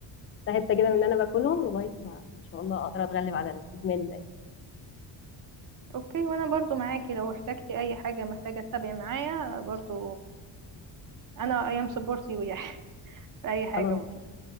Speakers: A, on the left; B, on the right.
A: حته كده من اللي انا باكلهم لغايه ما ان شاء الله اقدر اتغلب على الادمان ده
B: اوكي وانا برضو معاكي لو احتجتي اي حاجه محتاجه تتابعي معايا برضو انا ايام سبورت يو يعني <laughs> في اي حاجه
A: خلاص
B: برضو